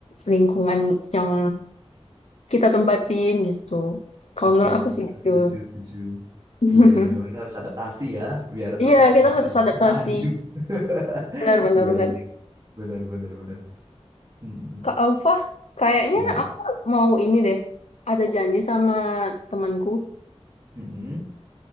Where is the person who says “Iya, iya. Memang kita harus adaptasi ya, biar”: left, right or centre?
Right